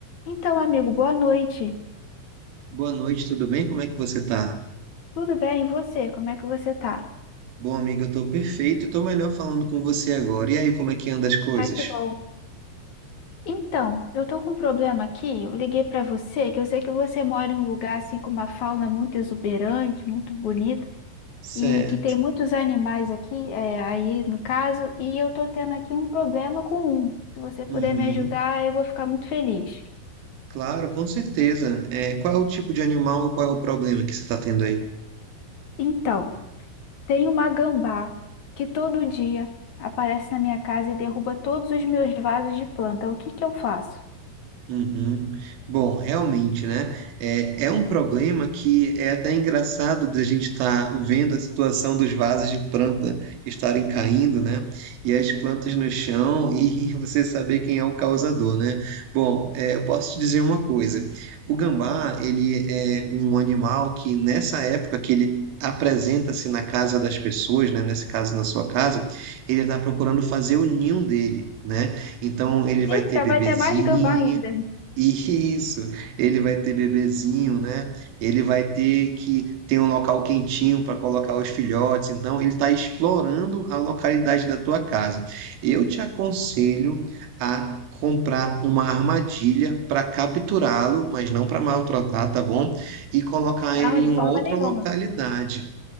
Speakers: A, on the left (about 45°); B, on the right (about 85°).
A: Então, amigo, boa noite.
B: Boa noite, tudo bem? Como é que você tá?
A: Tudo bem, e você? Como é que você tá?
B: Bom, amigo, eu tô perfeito e tô melhor falando com você agora. E aí, como é que anda as coisas?
A: Ah, que bom. Então, eu tô com um problema aqui. Eu liguei pra você, que eu sei que você mora em um lugar assim com uma fauna muito exuberante, muito bonita,
B: Certo.
A: e que tem muitos animais aqui, é, aí no caso, e eu tô tendo aqui um problema com um. Se você puder
B: Uhum.
A: me ajudar, eu vou ficar muito feliz.
B: Claro, com certeza. É, qual é o tipo de animal e qual é o problema que você tá tendo aí?
A: Então, tem uma gambá que todo dia aparece na minha casa e derruba todos os meus vasos de planta. O que que eu faço?
B: Uhum. Bom, realmente, né? É, é um problema que é até engraçado da gente estar vendo a situação dos vasos de planta estarem caindo, né? E as plantas no chão e <laughs> você saber quem é o causador, né? Bom, é, eu posso te dizer uma coisa. O gambá, ele é um animal que nessa época que ele apresenta-se na casa das pessoas, né? Nesse caso, na sua casa, ele está procurando fazer o ninho dele. Né? Então ele vai
A: Ih,
B: ter
A: ainda
B: bebezinho,
A: vai ter mais gambá ainda.
B: isso, ele vai ter bebezinho, né? Ele vai ter que ter um local quentinho para colocar os filhotes. Então, ele está explorando a localidade da tua casa. Eu te aconselho a comprar uma armadilha para capturá-lo, mas não para maltratar, tá bom? E colocar
A: Não,
B: ele em
A: de
B: uma
A: forma
B: outra
A: nenhuma.
B: localidade.